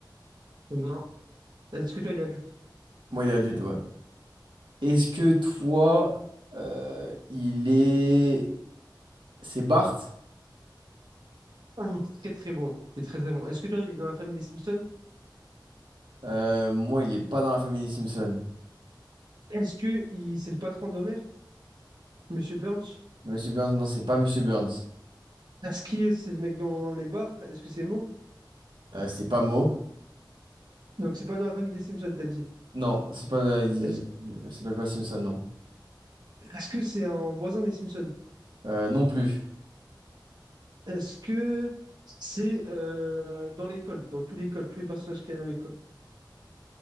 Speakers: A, on the right; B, on the right.
A: Non. Est-ce que toi, il est adulte?
B: Moi, il est adulte, ouais. Est-ce que toi, euh, il est... C'est Bart?
A: Ouh, très très bon. T'es très très bon. Est-ce que toi, il est dans la famille des Simpsons?
B: Euh, moi, il est pas dans la famille des Simpsons.
A: Est-ce que il... c'est le patron d'Homer? Monsieur Burns?
B: Monsieur Burns, non, c'est pas Monsieur Burns.
A: Est-ce qu'il c'est le mec dans les bars? Est-ce que c'est Mo?
B: Euh, c'est pas Mo.
A: Donc, c'est pas dans la famille des Simpsons, t'as dit.
B: Non, c'est pas. euh, il
A: Est-ce
B: il s'appelle pas Simpson, non.
A: est-ce que c'est un voisin des Simpsons?
B: Euh, non plus.
A: Est-ce que c'est euh, dans l'école, dans tous l'école, tous les personnages qu'il y a dans l'école?